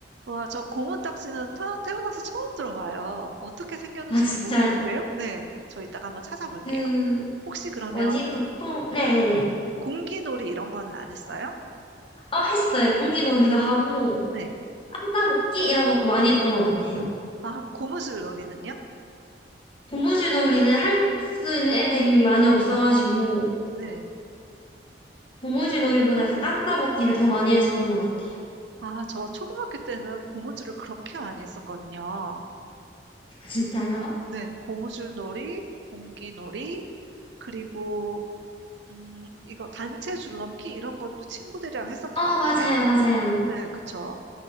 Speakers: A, on the right; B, on the left.
A: 와, 저 고무딱지는 태- 태어나서 처음 들어봐요. 어떻게 생겼는지도
B: 아, 진짜요?
A: 모르겠는데요? 네, 저 이따가 한번 찾아볼게요.
B: 그,
A: 혹시 그러면
B: 뭐지, 보통, 네네네.
A: 공기놀이 이런 거는 안 했어요?
B: 어, 했어요. 공기 놀이도 하고,
A: 네.
B: 땅 따먹기 이런 것도 많이 했던 것 같아요.
A: 아, 고무줄놀이는요?
B: 고무줄 놀이는 할 수 있는 애들이 많이 없어가지고,
A: 네.
B: 고무줄 놀이보다 이렇게 땅 따먹기를 더 많이 했었던 것 같아요.
A: 아, 저 초등학교 때는 고무줄을 그렇게 많이 했었거든요.
B: 아, 진짜요?
A: 네, 고무줄놀이, 공기놀이, 그리고 음, 이거 단체 줄넘기 이런 것도 친구들이랑 했었던
B: 어,
A: 것 같아요.
B: 맞아요, 맞아요.
A: 네, 그쵸.